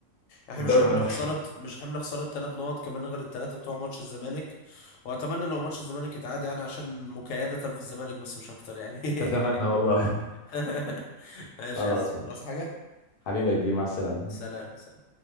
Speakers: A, on the left (about 85°); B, on the left (about 55°).
A: احنا
B: الدوري
A: مش حمل
B: ما يروحش
A: خساره مش حمل خساره ثلاث نقط كمان غير الثلاثه بتوع ماتش الزمالك واتمنى لو ماتش الزمالك يتعاد يعني عشان مكايده في الزمالك بس مش اكتر يعني
B: اتمنى
A: <laughs>
B: والله
A: <laughs>
B: <laughs>
A: ماشي
B: خلاص
A: يا اسطى
B: ماشي
A: خلاص حاجة
B: حبيبي يا كبير مع السلامة
A: سلام سلام